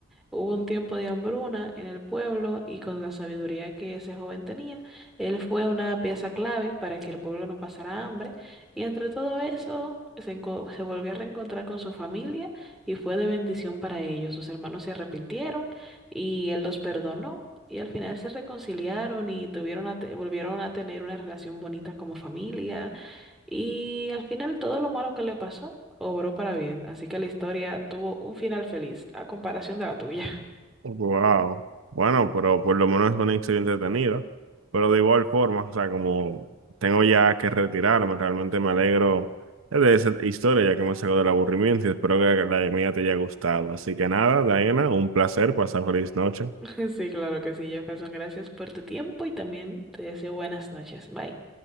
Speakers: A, in the centre; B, on the right.
A: Hubo un tiempo de hambruna en el pueblo y con la sabiduría que ese joven tenía, él fue una pieza clave para que el pueblo no pasara hambre y entre todo eso se, enco- se volvió a reencontrar con su familia y fue de bendición para ellos. Sus hermanos se arrepintieron y él los perdonó y al final se reconciliaron y tuvieron a te- volvieron a tener una relación bonita como familia y al final todo lo malo que le pasó obró para bien, así que la historia tuvo un final feliz a comparación de la tuya.
B: Wow. Bueno, pero por lo menos es una historia entretenida. Pero de igual forma, o sea, como tengo ya que retirarme, realmente me alegro de esa historia, ya que me sacó del aburrimiento y espero que la mía te haya gustado. Así que nada, Diana, un placer, pasar feliz noche.
A: <laughs> Sí, claro que sí, Jefferson. Gracias por tu tiempo y también te deseo buenas noches. Bye.